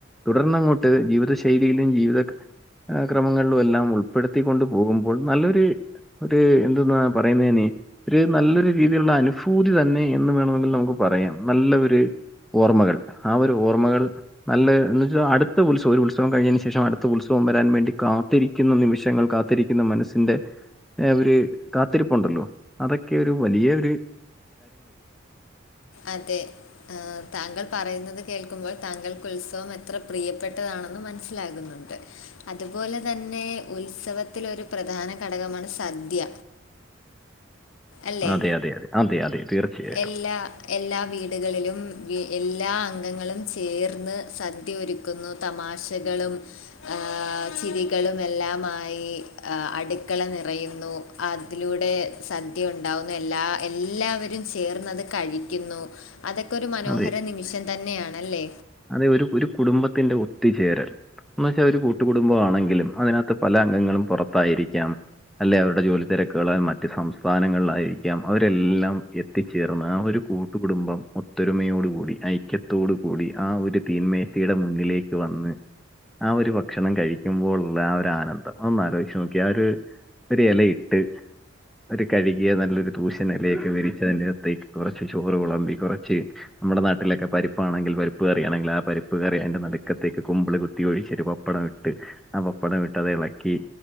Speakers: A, in the centre; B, on the left.
A: തുടർന്നങ്ങോട്ട് ജീവിത ശൈലിയിലും ജീവിത ക്രമങ്ങളിലും എല്ലാം ഉൾപ്പെടുത്തി കോണ്ട് പോകുമ്പോൾ നല്ലൊരു ഒരു എന്തെന്ന പറയുന്നേ അയ്ന് ഒരു നല്ലൊരു രീതിയിലുള്ള അനുഭൂതി തന്നെ എന്ന് വേണമെങ്കിൽ നമുക്ക് പറയാം നല്ല ഒരു ഓർമ്മകൾ ആഹ് ഒരു ഓർമ്മകൾ നല്ല എന്ന് വെച്ചാൽ അടുത്ത ഉത്സവം ഒരു ഉത്സവം കഴിഞ്ഞതിന് ശേഷം അടുത്ത ഉത്സവം വരാൻ വേണ്ടി കാത്തിരിക്കുന്ന നിമിഷങ്ങൾ കാത്തിരിക്കുന്ന മനസ്സിന്റെ ഒരു- കാത്തിരിപ്പുണ്ടല്ലോ അതൊക്കെ ഒരു വലിയോരു
B: അതെ ആഹ് താങ്കൾ പറയുന്നത് കേൾക്കുമ്പോൾ താങ്കൾക്ക് ഉത്സവം എത്ര പ്രിയപ്പെട്ടതാണെന്ന് മ മനസ്സിലാകുന്നുണ്ട് അതുപോലെ തന്നെ ഉത്സവത്തിലൊരു പ്രധാന ഘടകമാണ് സദ്യ അല്ലേ
A: അതെ അതെ അതെ അതെ അതെ തീർച്ചയായിട്ടും
B: എല്ലാ എല്ലാ വീടുകളിലും എല്ലാ അംഗങ്ങളും ചേർന്ന് സദ്യ ഒരുക്കുന്നു. തമാശകളും ഏഹ് ചിരികളും എല്ലാമായി അടുക്കള നിറയുന്നു അതിലൂടെ സ- യ ഉണ്ടാവുന്നു എല്ലാ എല്ലാവരും ചേർന്ന് അത് കഴിക്കുന്നു. അതൊക്കെ ഒരു മനോഹര
A: അതെ.
B: നിമിഷം തന്നെയാണല്ലേ
A: അതെ ഒരു ഒരു കുടുംബത്തിന്റെ ഒത്തുചേരൽ എന്ന വച്ചാ അത് ഒരു കൂട്ട് കുടുംബം ആണെങ്കിലും അതിനകത്ത് പല അംഗങ്ങളും പുറത്തായിരിക്കാം അല്ലെ അവരുടെ ജോലി തിരക്കുകൾ മറ്റ് സംസ്ഥ- സ്ഥാനങ്ങളാലായിരിക്കാം അവരെല്ലാം എത്തിച്ചേർന്ന് ആഹ് ഒരു കൂട്ടുകുടുംബം ഒത്തൊരുമയോടു കൂടി ഐക്യത്തോടു കൂടി ആഹ് ഒരു തീന്മേശിയയുടെ മുന്നിലേക്ക് വന്ന് ആഹ് ഒരു ഭക്ഷണം കഴിക്കുമ്പോഴുള്ള ആഹ് ഒരു ആനന്ദം ഒന്ന് അലോചിച്ചു നോക്കിയെ ആഹ് ഒരു ഒരു ഇല ഇട്ട് ഒരു കഴുകിയ നല്ലൊരു തുശൻ ഇലയൊക്കെ വിരിച്ചു അതിനകത്തേക്ക് കുറച്ച് ചോറ് വിളമ്പി കുറച്ച്- നമ്മുടെ നാട്ടിലൊക്കെ പരിപ്പാണെങ്കിൽ പരിപ്പ് പരിപ്പ് കറി ആണെങ്കിൽ ആ പരിപ്പ് കറി അതിന്റെ നടുക്കത്തേക്ക് കുമ്പൾ കുത്തി ഒഴിച്ചു ഒരു പപ്പടം ഇട്ട് ആ പപ്പടം ഇട്ടതെ ഇളക്കി